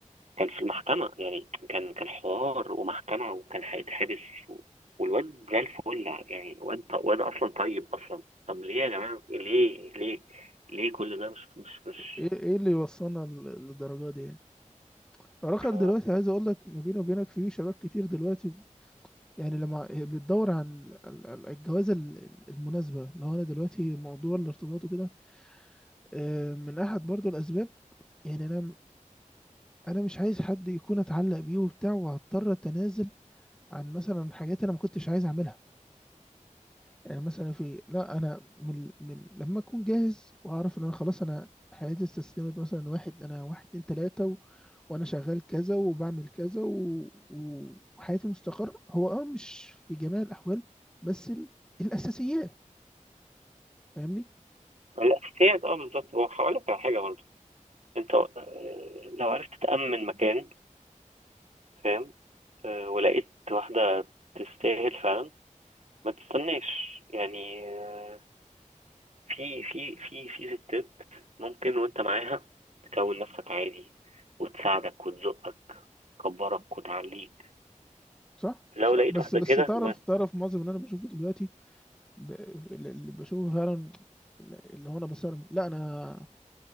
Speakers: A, on the right; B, in the centre.
A: كان في المحكمة يعني كان كان حوار ومحكمة وكان هيتحبس و- والواد زي الفل يعني واد واد اصلا طيب اصلا طب ليه يا جماعة ليه ليه ليه كل ده مش مش مش
B: ايه ايه اللي يوصلنا ل- للدرجه دي يعني رخر
A: ف
B: دلوقتي عايز اقول لك ما بيني وبينك في شباب كتير دلوقتي يعني لما هي بتدور عن ال- ال- الجوازه ال- المناسبه لو انا دلوقتي موضوع الارتباط وكده آه، من احد برضو الاسباب يعني انا انا مش عايز حد يكون اتعلق بيه وبتاع وهضطر اتنازل عن مثلا حاجات انا ما كنتش عايز اعملها يعني مثلا في لا انا من, من لما اكون جاهز واعرف ان انا خلاص انا حياتي استسلمت مثلا واحد انا واحد اتنين تلاتة و... وانا شغال كذا وبعمل كذا و... و- وحياتي مستقر هو اه مش في جميع الاحوال بس ال... الاساسيات فاهمني
A: الاساسيات اه بالظبط هو هقول لك على حاجة برضه انت آه، لو عرفت تأمن مكان فاهم آه، ولقيت واحدة تستاهل فعلا ما تستناش يعني آه، في في في في ستات ممكن وانت معاها تكون نفسك عادي وتساعدك وتزقك تكبرك وتعليك
B: صح
A: لو
B: صح
A: لقيت
B: بس
A: واحدة
B: بس
A: كده
B: تعرف
A: ما
B: تعرف معظم اللي انا بشوفه دلوقتي ب- اللي اللي بشوفه فعلا اللي هو انا بصرم لا انا